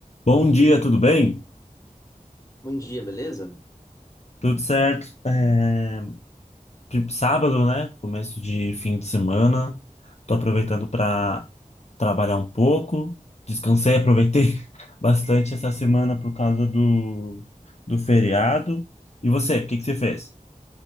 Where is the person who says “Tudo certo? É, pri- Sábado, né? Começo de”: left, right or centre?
Left